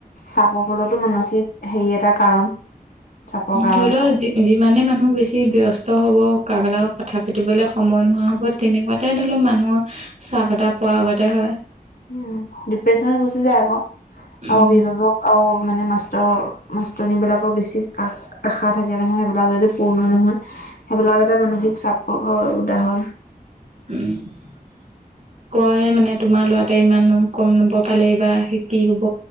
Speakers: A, on the left; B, on the right.
A: চাপৰ ফলতো মানসিক হেৰি এটা কাৰণ। চাপৰ কাৰণ
B: ধৰিল
A: এটা
B: যি যিমানে মানুহ বেছি ব্যস্ত হ'ব, কাৰবা লগত কথা পাতিবলে সময় নোহোৱা হ'ব তেনেকুৱাতে ধৰি লওক মানুহৰ ছাপ এটা পৱা আগতে হয়।
A: উম', ডিপ্ৰেছনত গুচি যায় আক,
B: উম,
A: আও অভিভাৱক আও মানে মাষ্টৰ মাষ্টৰনী বিলাকক বেছি আ- আশা থাকে নহয়, সেইবিলাক যদি পূৰ্ণ নহয় সেইবিলাকতে মানসিক চাপৰ উদাহৰণ।
B: উম', কয় মানে তোমাৰ ল'ৰা- তে ইমান নম কম নম্বৰ পালে, এইবা সি কি হ'ব?